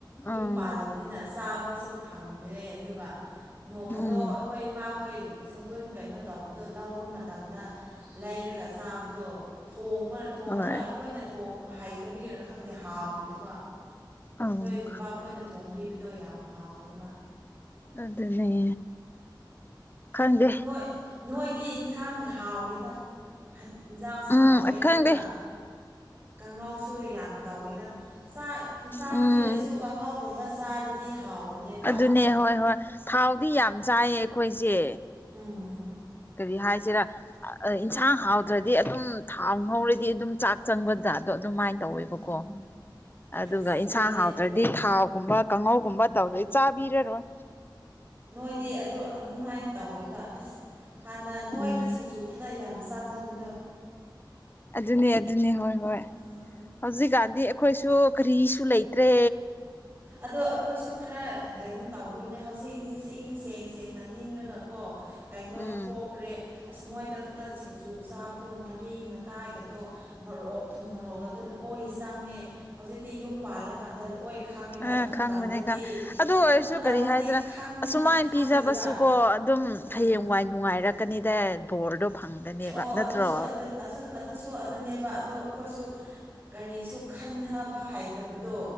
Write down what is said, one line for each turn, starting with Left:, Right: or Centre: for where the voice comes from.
Left: ꯎꯝ
Right: ꯌꯨꯝ ꯄꯥꯜꯂꯕꯅꯤꯅ ꯆꯥꯕꯁꯨ ꯐꯪꯗ꯭ꯔꯦ ꯑꯗꯨꯒ ꯅꯣꯡ ꯐꯥꯗꯣꯛ
Left: ꯎꯝ
Right: ꯑꯩꯈꯣꯏ ꯏꯃꯥꯈꯣꯏ ꯁꯒꯨꯟ ꯀꯩꯅꯣ ꯇꯧꯕꯗꯣ ꯂꯧꯕ ꯃꯇꯝꯗ ꯂꯩꯔꯒ ꯆꯥꯕꯗꯣ ꯊꯣꯡꯕꯔꯠ ꯊꯣꯡꯔꯒ
Left: ꯍꯣꯏ
Right: ꯑꯩꯈꯣꯏꯅ ꯊꯣꯡꯕ ꯍꯩꯇꯕꯤꯒꯤꯔ ꯈꯪꯗꯦ ꯍꯥꯎꯇꯦꯕ
Left: ꯎꯝ
Right: ꯈꯣꯏ ꯕꯥꯕꯥ ꯈꯣꯏꯅ ꯊꯣꯡꯕꯤꯕꯗꯣ ꯌꯥꯝ ꯍꯥꯎꯋꯦꯕ
Left: ꯑꯗꯨꯅꯦ ꯈꯪꯗꯦ
Right: ꯅꯣꯏ ꯅꯣꯏꯗꯤ ꯏꯟꯁꯥꯡ ꯍꯥꯎꯋꯤꯗ ꯏꯟꯖꯥꯡꯁꯨ
Left: ꯎꯝ
Right: ꯍꯥꯎꯋꯦ ꯑꯗꯨꯒ
Left: ꯈꯪꯗꯦ
Right: ꯀꯥꯡꯉꯧꯁꯨ ꯌꯥꯝ ꯇꯧꯋꯦꯗ ꯆꯥꯛ ꯏꯟꯁꯥꯡ
Left: ꯎꯝ
Right: ꯊꯤꯔꯁꯨ ꯀꯥꯡꯉꯧꯒꯨꯝꯕ ꯆꯥꯔꯗꯤ ꯍꯥꯎꯕꯅꯦꯕ
Left: ꯑꯗꯨꯅꯦ ꯍꯣꯏ ꯍꯣꯏ ꯊꯥꯎꯗꯤ ꯌꯥꯝ ꯆꯥꯏꯌꯦ ꯈꯣꯏꯁꯦ
Right: ꯎꯝ
Left: ꯀꯔꯤ ꯍꯥꯏꯁꯤꯔ ꯑ ꯑꯥ ꯏꯟꯁꯥꯡ ꯍꯥꯎꯇ꯭ꯔꯗꯤ ꯑꯗꯨꯝ ꯊꯥꯎ ꯉꯧꯔꯗꯤ ꯑꯗꯨꯝ ꯆꯥꯛ ꯆꯪꯕ ꯖꯥꯠꯇꯣ ꯑꯗꯨꯃꯥꯏꯅ ꯇꯧꯋꯦꯕꯀꯣ
Right: ꯎꯝ
Left: ꯑꯗꯨꯒ
Right: ꯑꯁ ꯑꯩꯈꯣꯏꯗꯤ
Left: ꯏꯟꯁꯥꯡ ꯍꯥꯎꯇ꯭ꯔꯗꯤ ꯊꯥꯎꯒꯨꯝꯕ ꯀꯥꯡꯉꯧꯒꯨꯝꯕ ꯇꯧꯗꯩ ꯆꯥꯕꯤꯔꯔꯣꯏ
Right: ꯅꯣꯏꯗꯤ ꯑꯗꯨ ꯑꯗꯨꯃꯥꯏꯟ ꯇꯧꯋꯦꯕ ꯑꯁ ꯍꯥꯟꯅ ꯅꯣꯏꯗ
Left: ꯎꯝ
Right: ꯁꯤꯡꯖꯨ ꯈꯛꯇ ꯌꯥꯝ ꯆꯥꯟꯅꯕꯗꯣ
Left: ꯑꯗꯨꯅꯦ ꯑꯗꯨꯅꯦ ꯍꯣꯏ ꯍꯣꯏ
Right: ꯑꯥ
Left: ꯍꯧꯖꯤꯛꯀꯥꯟꯗꯤ ꯑꯩꯈꯣꯏꯁꯨ ꯀꯔꯤꯁꯨ ꯂꯩ ꯇ꯭ꯔꯦ
Right: ꯑꯗꯣ ꯑꯩꯈꯣꯏꯁꯨ ꯈꯔ ꯀꯩꯅꯣ ꯇꯧꯕꯒꯤꯅꯦ ꯍꯧꯖꯤꯛ ꯅꯤꯡꯁꯤꯡ ꯁꯦꯡ ꯁꯦꯡꯅ ꯅꯤꯡꯔꯒꯀꯣ ꯀꯩꯅꯣ
Left: ꯎꯝ
Right: ꯊꯣꯛꯈ꯭ꯔꯦ ꯑꯁ ꯅꯣꯏꯗ ꯈꯠꯇ ꯁꯤꯡꯖꯨ ꯆꯥꯕꯗꯣ ꯉꯔꯤ ꯉꯥꯇꯥꯏꯒꯗꯣ ꯃꯣꯔꯣꯛ ꯊꯨꯝ
Left: ꯎꯝ
Right: ꯃꯣꯔꯣꯛꯀꯗꯣ ꯂꯣꯏ ꯆꯪꯉꯦ ꯍꯧꯖꯤꯛꯇꯤ ꯌꯨꯝ ꯄꯥꯜꯂꯀꯥꯟꯗ ꯂꯣꯏ ꯈꯪꯉꯦꯕ
Left: ꯑ
Right: ꯑꯗꯨ ꯃꯇꯝꯗꯗꯤ
Left: ꯈꯪꯕꯅꯦ ꯈꯪ ꯑꯗꯨ ꯑꯣꯏꯔꯁꯨ
Right: ꯃꯇꯝꯗꯗꯤ
Left: ꯀꯔꯤ ꯍꯥꯏꯁꯤꯔꯥ
Right: ꯈꯪꯗꯦ
Left: ꯑꯁꯨꯃꯥꯏꯟ
Right: ꯈꯪꯗꯦꯕ
Left: ꯄꯤꯖꯕꯁꯨ ꯀꯣ ꯑꯗꯨꯝ
Right: ꯑꯥ
Left: ꯍꯌꯦꯡꯋꯥꯏ ꯅꯨꯡꯉꯥꯏꯔꯛꯀꯅꯤꯗ ꯕꯣꯔꯗꯣ ꯐꯪꯒꯅꯦꯕ
Right: ꯑꯣ
Left: ꯅꯠꯇ꯭ꯔꯣ
Right: ꯑꯗꯨꯁꯨ ꯑꯗꯨ ꯑꯗꯨ ꯑꯗꯨꯁꯨ ꯑꯗꯨꯅꯦꯕ ꯑꯗꯣ ꯈꯣꯏꯁꯨ ꯀꯔꯤꯁꯨ ꯈꯟꯊꯕ ꯍꯩꯇꯕꯗꯣ